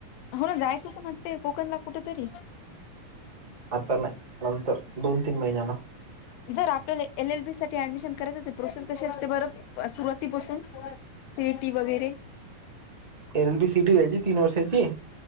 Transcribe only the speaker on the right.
आता नाही. नंतर दोन तीन महिन्यान.
एल बी सिटी यायची तीन वर्षची